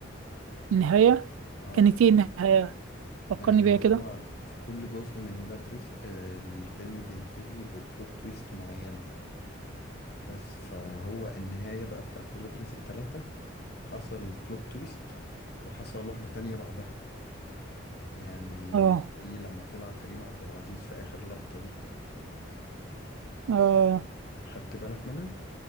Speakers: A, on the right; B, on the left.
A: النهاية
B: اه
A: كانت ايه النهاية فكرني
B: يعني
A: بيها
B: هو
A: كده
B: في كل جزء من ولاد رزق آه، الفيلم بينتهي ببلوت تويست معينة بس فهو النهاية بقى بتاعت ولاد رزق تلاتة حصل بلوت تويست وحصل واحدة تانية بعدها يعني
A: اه
B: زي لما طلع كريم عبد العزيز في آخر لقطة دي
A: اه
B: خدت بالك منها؟